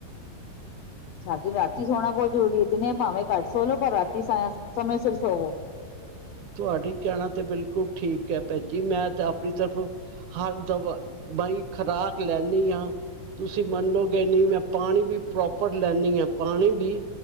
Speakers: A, on the left (about 80°); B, on the right (about 75°).
A: ਸਾਨੂੰ ਰਾਤੀ ਸੋਣਾ ਬੋਤ ਜ਼ਰੂਰੀ ਏ, ਦਿਨੇ ਭਾਵੇਂ ਘੱਟ ਸੋ ਲੋ ਪਰ ਰਾਤੀ ਸਾਯਾ ਸਮੇਂ ਸਿਰ ਸੋਵੋ।
B: ਤੁਹਾਡੀ ਕਹਿਣਾ ਤੇ ਬਿਲਕੁਲ ਠੀਕ ਐ ਭੈਣਜੀ ਮੈਂ ਤੇ ਆਪਣੀ ਤਰਫੋ ਹਰ ਦਵਾ ਬਈ ਖੁਰਾਕ ਲੈਂਨੀ ਆਂ ਤੁਸੀਂ ਮੰਨੋਗੇ ਨੀ ਮੈਂ ਪਾਨੀ ਵੀ ਪ੍ਰੋਪਰ ਲੈਂਦੀ ਆ ਪਾਣੀ ਵੀ